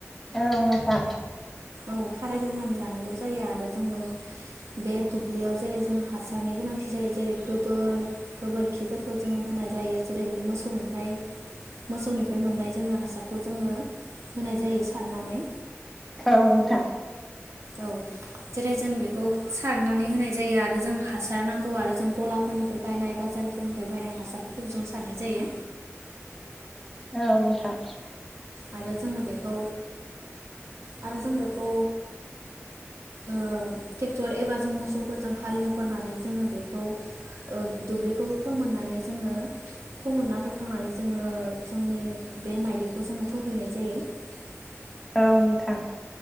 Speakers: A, in the centre; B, on the right (about 75°).
A: औ नोंथां
B: औ खारायग्रोनानै लानांगौ जायो आरो जोङो बे दुब्लियाव जेरै जों हासारनि गोनांथि जायो जेरै गोबोर गोबोरखिफोरखौ जोङो होनाय जायो जेरै मोसौनिफ्राय मोसौनिफ्राय मोननाय जोङो हासारखौ जोङो होनाय जायो सारनानै
A: अ नोंथां
B: औ जेरै जों बेखौ सारनानै होनाय जायो आरो जों हासार नांगौ आरो जों गलाफोरनिफ्राय बायनाय बाजारफोरनिफ्राय बायनाय हासारफोरखौ जों सारनाय जायो
A: औ नोंथां
B: आरो जोङो बेखौ आरो जों बेखौ ओ ट्रेक्टर एबा जों मोसौफोरजों हालेवगोरनानै जोङो बेखौ ओ दुब्लिखौ फोमोननानै जोङो फोमोनना फैखांनानै जोङो जोंनि बे माइलिखौ जोङो <inaudible>
A: औ नोंथां